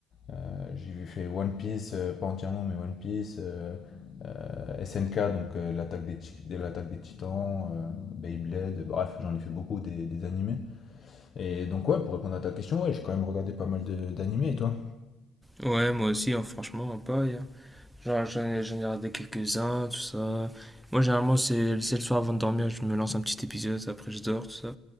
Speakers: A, on the left; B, in the centre.
A: euh, j'ai fait One Piece, euh, pas entièrement, mais One Piece. euh, euh, SNK, donc euh, l'attaque des, Ti- de l'attaque des Titans, euh, Beyblade. Bref, j'en ai fait beaucoup des, des animés. Et donc ouais, pour répondre à ta question, ouais, j'ai quand même regardé pas mal de- d'animés, et toi?
B: Ouais, moi aussi, hein, franchement, pas. Genre, j'en ai, j'en ai regardé quelques-uns, tout ça. Moi, généralement, c'est c'est le soir avant de dormir, je me lance un petit épisode, après je dors, tout ça.